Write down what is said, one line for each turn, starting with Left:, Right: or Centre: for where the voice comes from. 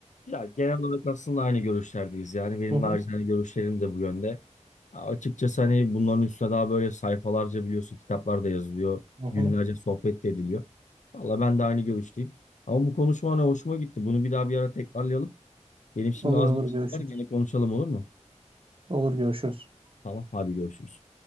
Left: Ya genel olarak aslında aynı görüşlerdeyiz. Yani benim
Right: Hı hı.
Left: nacizane görüşlerim de bu yönde. Ya Açıkçası hani bunların üstüne daha böyle sayfalarca biliyorsun kitaplar da yazılıyor.
Right: Hı hı.
Left: Günlerce sohbet de ediliyor. Valla ben de aynı görüşteyim. Ama bu konuşma hani hoşuma gitti. Bunu bir daha bir ara tekrarlayalım. Benim şimdi
Right: Olur
Left: az
Right: olur
Left: bir işim
Right: görüşürüz.
Left: var. Gene konuşalım olur mu?
Right: Olur görüşürüz.
Left: Tamam hadi görüşürüz.